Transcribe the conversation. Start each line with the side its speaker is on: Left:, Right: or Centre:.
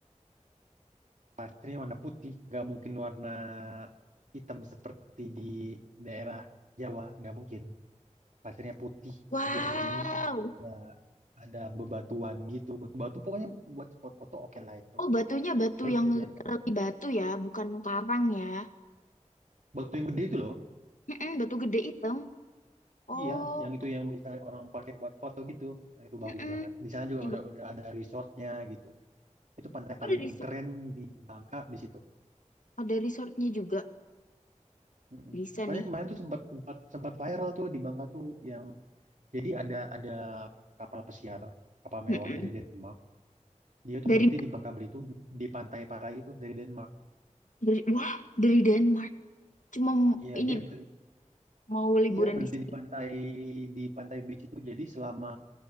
Right: Pastinya warna putih, nggak mungkin warna hitam seperti di daerah Jawa, nggak mungkin. Pasirnya putih,
Left: Wow.
Right: jernih, ya ada bebatuan gitu. Batu-batu pokoknya buat spot foto oke lah itu.
Left: Oh batunya batu
Right: Terus
Left: yang
Right: bisa
Left: literally batu ya, bukan karang ya.
Right: batu yang gede itu loh.
Left: Mm-mm, batu gede hitam. Oh.
Right: Iya, yang itu yang bisa orang pakai buat foto gitu. Nah, itu
Left: Mm-mm.
Right: bagus banget. Di sana juga
Left: Eh,
Right: udah
Left: bagus.
Right: udah ada resortnya gitu. Itu pantai paling
Left: Oh, ada resort,
Right: keren di Bangka di situ.
Left: ada resortnya juga.
Right: Mm-mm.
Left: Bisa
Right: Soalnya
Left: nih.
Right: kemarin tuh sempat sempat sempat viral tuh di Bangka tuh yang jadi ada ada kapal pesiar kapal mewah
Left: Mm-mm.
Right: dari Denmark. Dia tuh
Left: Dari,
Right: berhenti di Bangka Belitung di pantai-pantai itu dari Denmark.
Left: dari, wah, dari Denmark. Cuma m-
Right: Iya
Left: ini
Right: dia berhenti,
Left: mau liburan
Right: iya berhenti
Left: di sini.
Right: di pantai di pantai beach itu. Jadi selama